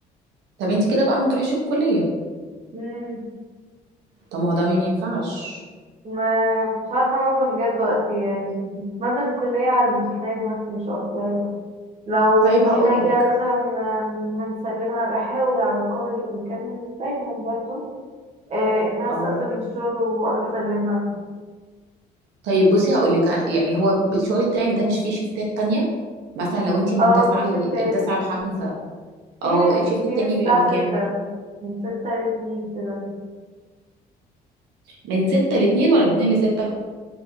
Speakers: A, on the right (about 85°); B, on the right (about 40°).
A: طب انتي كده بقى ما بتروحيش الكلية
B: مم.
A: طب ما هو ده ما ينفعش
B: ما مش عارفة أنظم بجد وقتي يعني بنزل الكلية على الامتحانات بس مش أكتر لو
A: طيب
B: في
A: هقول
B: حاجة
A: لك
B: مثلا هنسلمها بحاول على قدر الإمكان مش دايما برضه آه إنها
A: اه
B: تستأذن من الشغل وأروح أسلمها
A: طيب بصي هقول لك يعني هو الشغل بتاعك ده مش فيه شيفتات تانية مثلا لو انتي من
B: اه
A: 9
B: في
A: ل
B: شفتات
A: 9 ل 5
B: في
A: او
B: من
A: الشيفت
B: في
A: التاني
B: من الساعة
A: بيبقى من
B: ستة
A: كام
B: من ستة لاتنين كده
A: من 6 ل 2 ولا من 2 ل 6